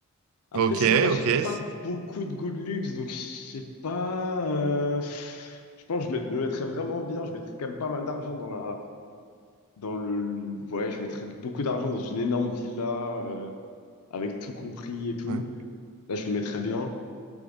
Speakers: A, on the left; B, on the right.
A: Après
B: Ok,
A: sinon moi j'ai
B: ok.
A: pas
B: c-
A: beaucoup de goût de luxe donc je sais pas. euh, pff, je pense que je met- me mettrais vraiment bien. Je mettrais quand même pas mal d'argent dans la dans le ouais je mettrais beaucoup d'argent dans une énorme villa euh, avec tout compris et tout.
B: Ouais,
A: Là je me mettrais bien.